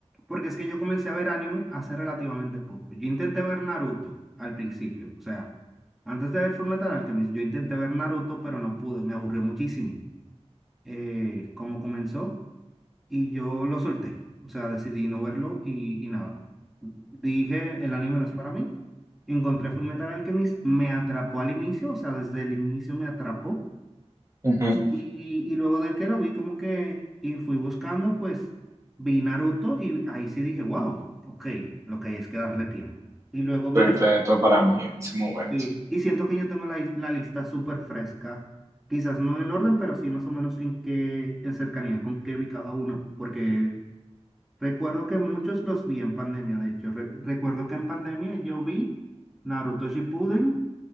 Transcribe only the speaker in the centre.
porque es que yo comencé a ver anime hace relativamente poco. Yo intenté ver Naruto al principio, o sea, antes de ver Full Metal Alchemist, yo intenté ver Naruto, pero no pude, me aburrió muchísimo. Eh, ¿cómo comenzó? y yo lo solté. O sea, decidí no verlo y, y nada. Dije, el anime no es para mí. Encontré Fullmetal Alchemist, me atrapó al inicio, o sea, desde el inicio me atrapó.
Y, y luego de que lo vi como que, y fui buscando, pues vi Naruto y ahí sí dije, wow, ok, lo que hay es que darle tiempo. Y luego vi,
sí, y siento que yo tengo la, is- la lista súper fresca, quizás no en el orden, pero sí más o menos en qué, en cercanía con qué vi cada uno, porque Recuerdo que muchos los vi en pandemia, de hecho. Re- recuerdo que en pandemia yo vi Naruto Shippuden,